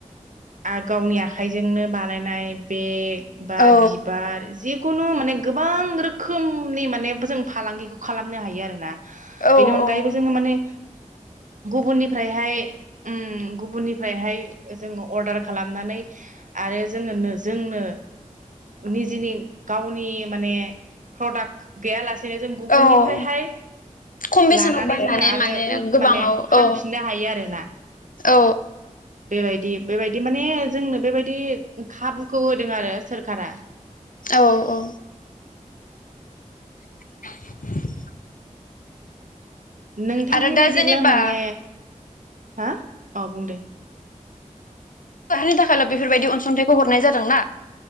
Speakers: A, on the right (about 70°); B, on the left (about 85°).
A: आ गावनि आखाइजोंनो बानायनाय बेग बा
B: औ
A: बिबार जि कुनु माने गोबां रोखोमनि माने जों फालांगिखौ खालामनो हायो आरोना।
B: औ
A: बेनि अनगायैबो
B: औ
A: जोङो माने गुबुननिफ्रायहाय उम गुबुननिफ्रायहाय जोङो अर्डार खालामनानै आरो जोङोनो नो जोंनो निजेनि गावनि माने प्रडाक्ट गैयालास सेनो जों गुबुननिफ्रायहाय
B: औ खम बेसेनाव
A: लानानै
B: बायनानै
A: जोङो आरो
B: माने
A: उल
B: गोबाङाव
A: माने फानफिननो
B: औ
A: हायो आरोना
B: औ
A: बेबायदि बेबायदि माने जोंनो बेबायदि खाबुखौ होदों आरो सोरखारा।
B: औ औ। <inaudible>
A: नोंथांनि
B: आरो दा
A: बायदिब्ला
B: जेनेबा
A: माने हा! औ बुं दे
B: <unintelligible> नि थाखायल' बेफोरबायदि अनसुंथाइखौ हरनाय जादों ना?